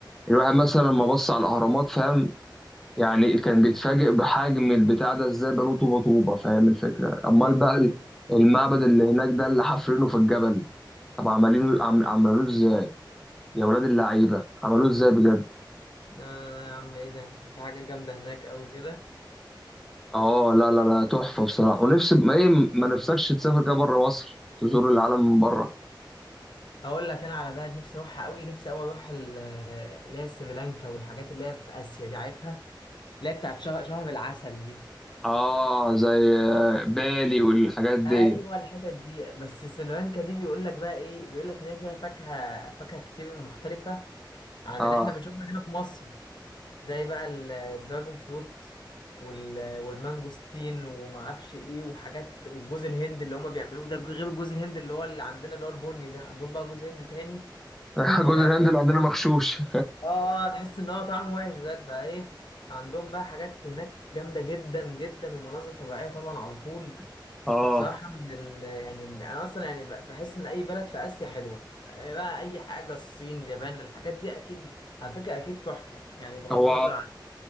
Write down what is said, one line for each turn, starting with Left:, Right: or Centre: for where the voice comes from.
Centre: الواحد مثلا لما بص على الاهرامات فاهم يعني كان بيتفاجئ بحجم البتاع ده ازاي بنوه طوبه طوبه فاهم الفكره امال
Left: ايوه
Centre: بقى
Left: ايوه
Centre: ال- المعبد اللي هناك ده اللي حافرينه في الجبل طب عمالينه عم عملوه ازاي يا ولاد اللعيبه عملوه ازاي بجد
Left: آه يا عم ايه ده في حاجه جامده هناك قوي كده
Centre: اه لا لا لا تحفه بصراحه ونفسي ما ايه ما نفسكش تسافر كده بره مصر تزور العالم من بره
Left: هقول لك انا على بلد نفسي اروحها قوي نفسي قوي اروح ال- اللي هي سريلانكا والحاجات اللي هي في اسيا دي عارفها اللي هي بتاعت شهر شهر العسل دي
Centre: اه زي آه، بالي والحاجات دي
Left: ايوه الحتت دي بس سلوانكا دي بيقول لك بقى ايه بيقول لك ان هي فيها فاكهه فاكهه كتير مختلفه عن
Centre: اه
Left: اللي احنا بنشوفها هنا في مصر زي بقى ال- الدراجون فروت وال- والمانجوستين وما اعرفش ايه وحاجات والجوز الهند اللي هما بيعملوه ده غير الجوز الهند اللي هو اللي عندنا اللي هو البني ده عندهم بقى جوز هند تاني
Centre: <laughs> جوز
Left: فبجد
Centre: الهند اللي عندنا مغشوش
Left: اه آه، تحس ان هو طعمه وحش بجد فايه عندهم بقى حاجات هناك جامده جدا جدا ومناظر طبيعيه طبعا على طول
Centre: <laughs> اه
Left: فبصراحة من ال... يعني أنا أصلا يعني ب- بحس إن أي بلد في آسيا حلوة آه، بقى أي حاجة الصين اليابان الحاجات دي أكيد على فكرة أكيد تحفة يعني بغض
Centre: هو
Left: النظر عن